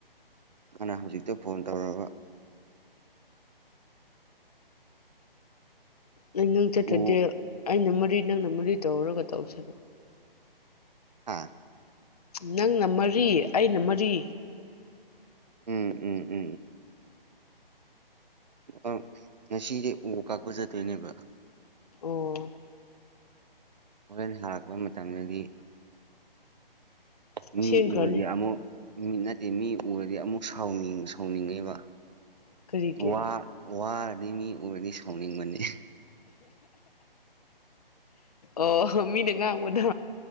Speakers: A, on the right (about 50°); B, on the left (about 45°).
A: ꯅꯅ ꯍꯧꯖꯤꯛꯇ ꯐꯣꯟ ꯇꯧꯔꯕ
B: ꯑꯩ ꯅꯪ ꯆꯠꯀꯗꯤꯦ
A: ꯎ
B: ꯑꯩꯅ ꯃꯔꯤ ꯅꯪꯅ ꯃꯔꯤ ꯇꯧꯔꯒ ꯇꯧꯁꯦꯕ
A: ꯑꯥ
B: ꯅꯪꯅ ꯃꯔꯤ ꯑꯩꯅ ꯃꯔꯤ
A: ꯎꯝ ꯎꯝ ꯎꯝ ꯑ ꯉꯁꯤꯁꯦ ꯎ ꯀꯥꯛꯄ ꯆꯠꯇꯣꯏꯅꯦꯕ
B: ꯑꯣ
A: ꯍꯣꯔꯦꯟ ꯍꯔꯛꯄ ꯃꯇꯝꯗꯗꯤ ꯃꯤ
B: ꯁꯦꯝꯈ꯭ꯔꯅꯤ
A: ꯎꯗꯤ ꯌꯥꯝꯃꯣ ꯃꯤꯠ ꯅꯠꯇꯦ ꯃꯤ ꯎꯔꯗꯤ ꯑꯃꯨꯛ ꯁꯅꯤꯡ ꯁꯥꯎꯅꯤꯡꯉꯦꯕ
B: ꯀꯔꯤꯒꯤ
A: ꯋꯥ ꯋꯥꯔꯗꯤ ꯃꯤ ꯎꯔꯗꯤ ꯁꯥꯎꯅꯤꯡꯕꯅꯤ
B: ꯑꯣ ꯃꯤꯅ ꯉꯥꯡꯕꯗ